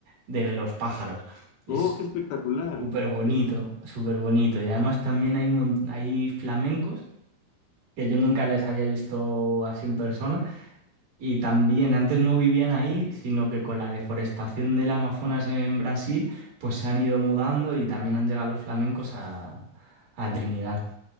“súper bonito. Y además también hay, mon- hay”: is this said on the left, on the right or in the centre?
Right